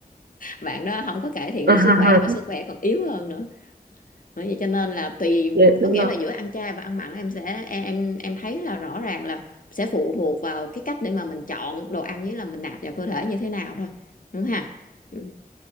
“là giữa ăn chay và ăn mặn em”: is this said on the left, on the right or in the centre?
Left